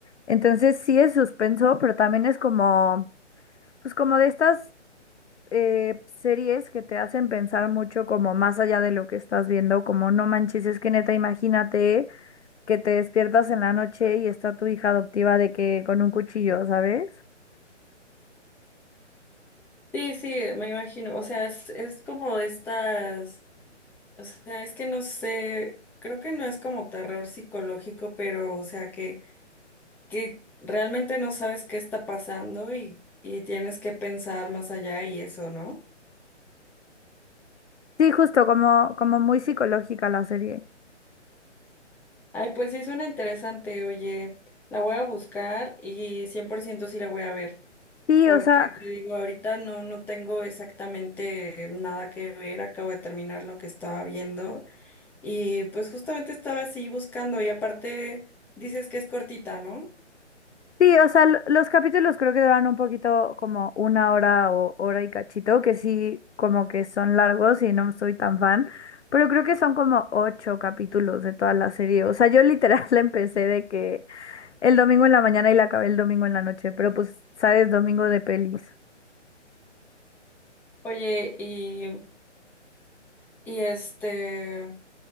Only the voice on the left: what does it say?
Entonces sí es suspenso, pero también es como, pues como de estas eh, series que te hacen pensar mucho como más allá de lo que estás viendo, como no manches, es que neta, imagínate que te despiertas en la noche y está tu hija adoptiva de que con un cuchillo, ¿sabes?
Sí, justo como, como muy psicológica la serie.
Sí,
o sea,
sí, o sea, l- los capítulos creo que duran un poquito como una hora o hora y cachito, que sí, como que son largos y no soy tan fan. Pero creo que son como ocho capítulos de toda la serie. O sea, yo literal <laughs> la empecé de que El domingo en la mañana y la acabé el domingo en la noche, pero pues, sabes, domingo de pelis.